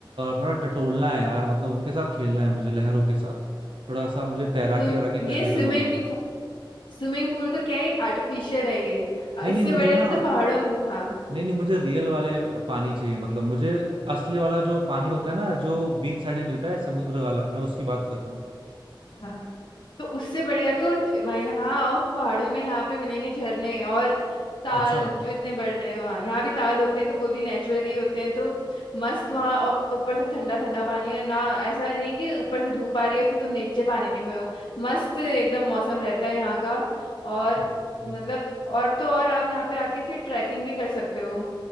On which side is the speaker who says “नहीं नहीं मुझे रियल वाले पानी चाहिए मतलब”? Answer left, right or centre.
Right